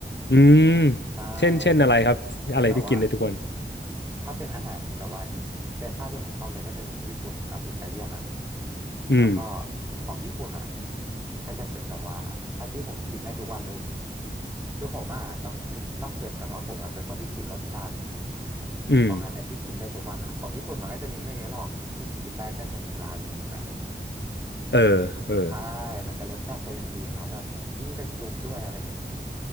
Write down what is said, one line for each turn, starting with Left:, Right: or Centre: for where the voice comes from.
Left: อืม
Right: ใช่
Left: เช่นเช่นอะไรครับอะไรที่กินได้ทุกวัน
Right: เช่นแบบว่า ถ้าเป็นอาหารแบบว่าเชื้อชาติที่ผมชอบเลยก็จะมีญี่ปุ่นกับอิตาเลียนนะ
Left: อืม
Right: แล้วก็ของญี่ปุ่นอ่ะก็จะเป็นแบบว่าถ้าที่ผมกินได้ทุกวันเลยคือผมอ่ะต้องต้องเกริ่นก่อนว่าผมอ่ะเป็นคนที่กินรสจัด
Left: อืม
Right: เพราะงั้นไอ้ที่กินได้ทุกวันอ่ะของญี่ปุ่นมันก็จะมีไม่เยอะหรอกที่คิดได้ก็จะมีราเมงมาเลย
Left: เออเออ
Right: ใช่มันจะรสจัดกว่าอย่างอื่นเนาะแบบยิ่งเป็นซุปด้วยอะไรอย่างเงี้ย